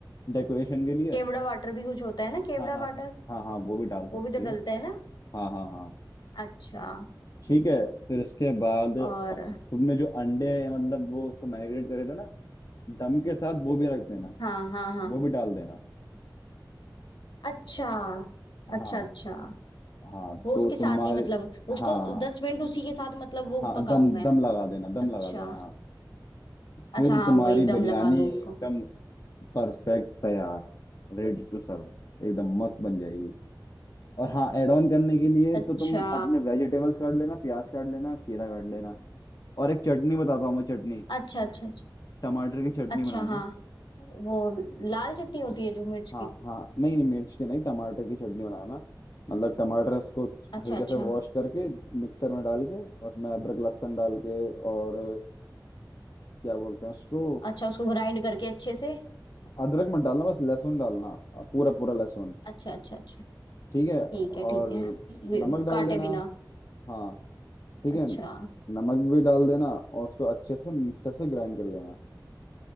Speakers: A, on the left; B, on the left.
A: डेकोरेशन के लिए
B: केवड़ा वाटर भी कुछ होता है ना केवड़ा
A: हाँ हाँ
B: वाटर
A: हाँ हाँ हाँ वो भी डाल सकती
B: वो भी तो
A: हो
B: डलता है ना
A: हाँ हाँ हाँ
B: अच्छा
A: ठीक है फिर इसके बाद
B: और
A: अब तुमने जो अंडे मतलब वो उसको मैरिनेट करे थे ना दम के साथ वो भी रख देना
B: हाँ हाँ हाँ
A: वो भी डाल देना
B: अच्छा
A: हाँ
B: अच्छा अच्छा
A: हाँ तो
B: वो उसके साथ
A: तुम्हारे
B: ही मतलब उसको
A: हाँ
B: दस मिनट उसी के साथ मतलब
A: हाँ
B: वो पकाऊं
A: दम
B: मैं
A: दम लगा देना दम
B: अच्छा
A: लगा देना हाँ फिर
B: अच्छा हाँ
A: तुम्हारी
B: वही दम
A: बिरयानी
B: लगा दूं
A: एकदम
B: उसको
A: परफेक्ट तैयार रेडी टू सर्व एकदम मस्त बन जाएगी और हाँ एड ऑन करने के लिए
B: अच्छा
A: तो तुम अपने वेजिटेबल्स काट लेना प्याज काट लेना खीरा काट लेना और एक चटनी बताता हूँ मैं चटनी
B: अच्छा अच्छा अच्छा
A: टमाटर की चटनी
B: अच्छा
A: बनाना
B: हाँ वो लाल चटनी होती है जो मिर्च की
A: हाँ हाँ नहीं नहीं मिर्च की नहीं टमाटर की चटनी बनाना मतलब टमाटर उसको
B: अच्छा
A: हल्के
B: अच्छा
A: से वॉश करके मिक्सर में डाल के उसमें अदरक लहसुन डाल के और क्या बोलते हैं उसको
B: अच्छा उसको ग्राइंड करके अच्छे से
A: अदरक मत डालना बस लहसुन डालना पूरा पूरा लहसुन
B: अच्छा अच्छा अच्छा
A: ठीक है और
B: ठीक है ठीक है वे-
A: नमक डाल
B: काटे
A: देना
B: बिना
A: हाँ ठीक है
B: अच्छा
A: नमक भी डाल देना और उसको अच्छे से मिक्सर से ग्राइंड कर लेना